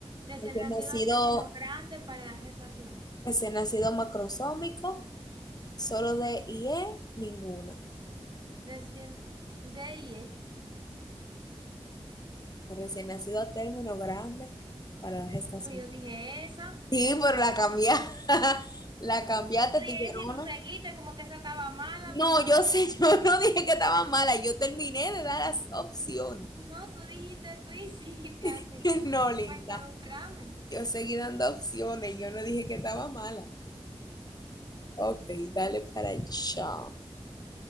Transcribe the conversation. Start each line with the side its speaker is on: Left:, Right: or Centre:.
Right: Recién
Left: recién
Right: nacido
Left: nacido,
Right: a término grande para la gestación.
Left: recién nacido macrosómico, solo de IE, ninguna.
Right: Recién de IE.
Left: Recién nacido a término grande para edad gestacional.
Right: Ah, Pero yo dije esa.
Left: Sí, pero la cambié, <laughs> la cambiaste,
Right: Yo dije,
Left: tiguerona.
Right: "Eh, si tú seguiste, como que esa estaba mala
Left: No,
Right: para involucrarme.
Left: yo sé, <laughs> yo no dije que estaba mala, yo terminé de dar las opciones.
Right: No, tú dijiste, tú <laughs> hiciste así,
Left: <laughs> No, linda,
Right: para involucrarme.
Left: yo seguí dando opciones, yo no dije que estaba mala. Ok, dale para allá.